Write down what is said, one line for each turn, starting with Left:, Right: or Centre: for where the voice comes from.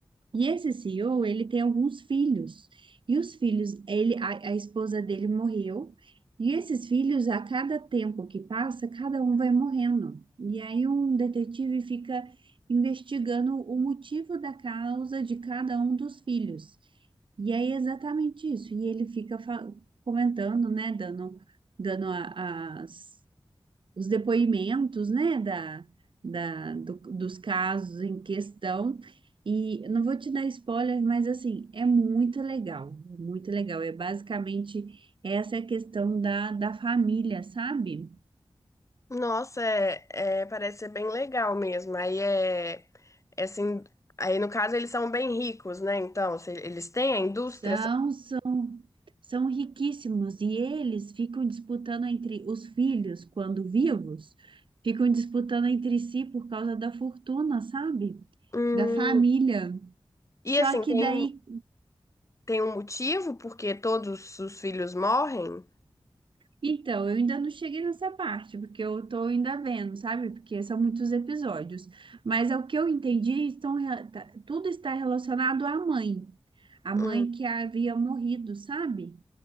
Right: e esse CEO, ele tem alguns filhos. E os filhos, ele, a, a esposa dele morreu. E esses filhos, a cada tempo que passa, cada um vai morrendo. E aí um detetive fica investigando o motivo da causa de cada um dos filhos. E aí é exatamente isso. E ele fica fa- comentando, né, dando, dando a- as os depoimentos, né, da, da, do- dos casos em questão. E eu não vou te dar spoiler, mas assim, é muito legal, muito legal. É basicamente essa é a questão da, da família, sabe?
Left: Nossa, é, é- parece ser bem legal mesmo. Aí é, é assim, aí no caso eles são bem ricos, né? Então, se eles têm a indústria.
Right: São,
Left: são-
Right: são, são riquíssimos e eles ficam disputando entre os filhos, quando vivos, ficam disputando entre si por causa da fortuna, sabe?
Left: Hum,
Right: Da família.
Left: e
Right: Só
Left: assim,
Right: que
Left: tem,
Right: daí
Left: tem um motivo porque todos os filhos morrem?
Right: Então, eu ainda não cheguei nessa parte, porque eu tô ainda vendo, sabe? Porque são muitos episódios. Mas é o que eu entendi, estão, re- tá- tudo está relacionado à mãe. A mãe
Left: Hum.
Right: que havia morrido, sabe?